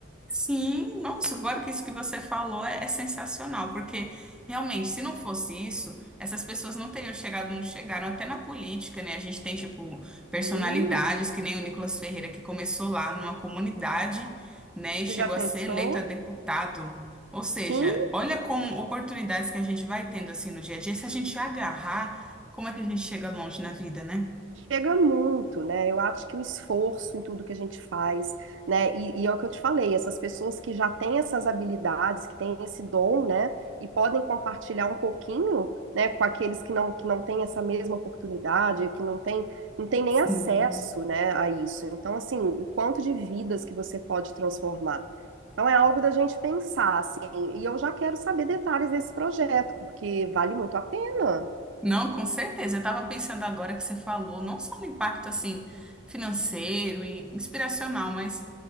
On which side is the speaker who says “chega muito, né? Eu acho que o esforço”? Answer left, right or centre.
Right